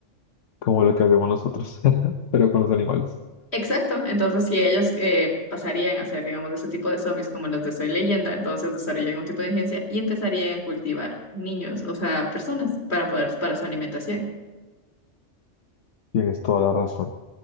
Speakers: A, on the left; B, on the left.
A: como lo que hacemos nosotros, <laughs> pero con los animales.
B: Exacto, entonces si ellos eh, pasarían a ser, digamos, de ese tipo de zombies como los de Soy Leyenda, entonces desarrollan un tipo de agencia y empezarían a cultivar niños, o sea, personas para poder, para su alimentación.
A: Tienes toda la razón.